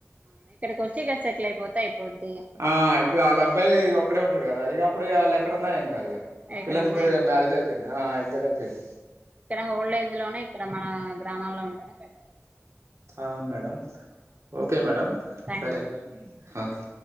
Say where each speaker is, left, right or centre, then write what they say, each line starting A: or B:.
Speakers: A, on the right (about 30°); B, on the right (about 70°).
A: అవును ఇక్కడికి వచ్చి ఇక్కడ సెటిల్ అయిపోతే అయిపోద్ది ఇక
B: ఆ ఇప్పుడు ఆళ్ళ అబ్బాయి ఒక్కడే ఉంటడు గదా ఇగప్పుడు ఆళ్ళు ఎక్కడ ఉన్నా ఏం గ ఏంగదిగా
A: ఎక్కడ
B: పిల్లలిద్దరు
A: ఉన్నా ఏం
B: ఇగ
A: కాదు
B: మ్యారేజ్ అయిపోయింది ఆ అయ్ ఇద్దరయిపోయింది
A: ఇక్కడ ఓల్డ్ ఏజ్ లోనే ఇక్కడ మన గ్రామాల్లో ఉంటేనే బెటర్ ఇగ
B: ఆవును madam okay madam
A: thank
B: సరే
A: you అండి
B: ఓకే